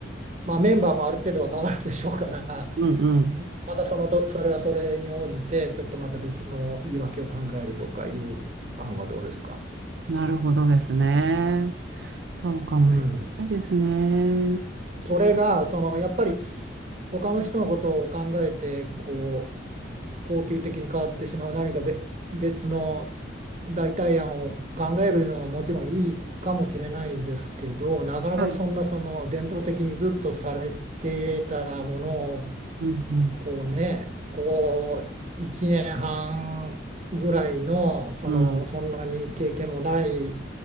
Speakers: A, on the right; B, on the right.
A: まあ、メンバーもある程度は変わるでしょうから、
B: うん、うん。
A: またそのと、それはそれに応じて、ちょっとまた別の言い訳を考えるとかいう案はどうですか。
B: なるほどですね。そうかもしれないですね。
A: うん。それが、その、やっぱり他の人のことを考えてこう恒久的に変わってしまう何かべ別の代替案を考えるのはもちろんいいかもしれないんですけどなかなかそんなその伝統的にずっとされてたものを
B: はい。うん、うん、
A: こうね、こう1年半ぐらいの、その、
B: うん。
A: そんなに経験もない